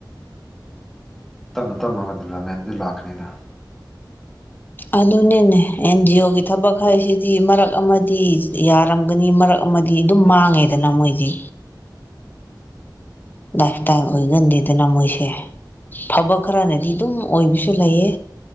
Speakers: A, in the centre; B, on the left (about 25°).
A: ꯇꯞꯅ ꯇꯞꯅ ꯗꯤꯕꯂꯞꯃꯦꯟꯗꯨ ꯂꯥꯛꯀꯅꯤꯅ
B: ꯑꯗꯨꯅꯤꯅꯦ ꯑꯦꯟ ꯖꯤ ꯑꯣꯒꯤ ꯊꯕꯛ ꯍꯥꯏꯁꯤꯗꯤ ꯃꯔꯛ ꯑꯃꯗꯤ ꯌꯥꯔꯝꯒꯅꯤ ꯃꯔꯛ ꯑꯃꯗꯤ ꯗꯤ ꯑꯗꯨꯝ ꯃꯥꯡꯉꯦꯗꯅ ꯃꯣꯏꯗꯤ ꯂꯥꯏꯐ ꯇꯥꯏꯜ ꯑꯣꯏꯒꯟꯗꯦꯗꯅ ꯃꯣꯏꯁꯦ ꯐꯕ ꯈꯔꯅꯗꯤ ꯑꯗꯨꯝ ꯑꯣꯏꯕꯁꯨ ꯂꯩꯌꯦ